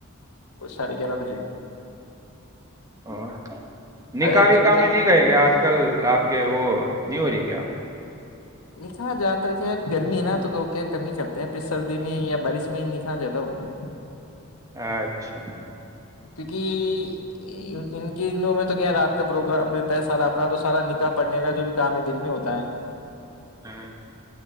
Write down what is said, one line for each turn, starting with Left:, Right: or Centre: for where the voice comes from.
Left: وہ ساڑھے گیارہ بجے کی
Right: ا نکاح
Left: ارے ایکچولی
Right: وکا
Left: کیا
Right: میں نہیں گئے گے آج کل آپ کے وہ نہیں ر کیا
Left: نکا زیادہ تر کیا ہے گرمی ہے نا تو لوگ کیا کمی ہی کرتے ہیں پھر سردی میں یا بارش میں نکا زیادہ ہوتے ہیں
Right: اچھا
Left: کیونکہ ان کے دنوں میں تو کیا رات کا پروگرام رہتا ہے سارا اپنا تو سارا نکاح پڑنے کا جو بھی کام ہے دن میں ہوتا ہے
Right: ہاں